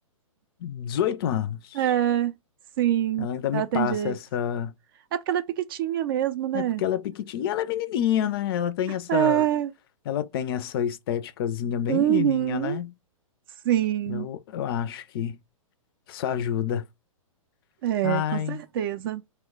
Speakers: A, on the left; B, on the right.
A: 18 anos.
B: É, sim,
A: Ela ainda me
B: ela
A: passa
B: tem jeito.
A: essa
B: É porque ela é piquitinha mesmo, né?
A: É porque ela é pequitinha, ela é menininha, né? Ela tem essa,
B: É,
A: ela tem essa esteticazinha bem
B: Uhum.
A: menininha, né?
B: sim.
A: Eu, eu acho que isso ajuda.
B: É,
A: Ai,
B: com certeza.